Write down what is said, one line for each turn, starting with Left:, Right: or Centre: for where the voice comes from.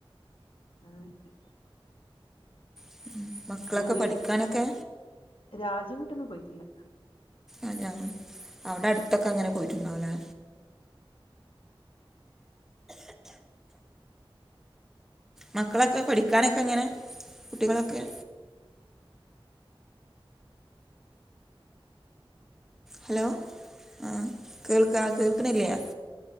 Left: അങ്ങനെയൊക്കെ.
Centre: <inaudible>
Left: ദൂരെ
Centre: പഠിക്കാനൊക്കെ
Left: രാജ്യംവിട്ടൊന്നും പോയിട്ടില്ല.
Centre: അതെ അവ്ടെ അട്ത്തൊക്കെ അങ്ങനെ
Left: ഉം
Centre: പോയിട്ണ്ടാവുല്ലേ. മക്കളൊക്കെ പഠിക്കാനൊക്കെ എങ്ങനെ കുട്ടികളൊക്കെ? ഹലോ ആ കേൾക്ക കേൾക്ണില്ലേ?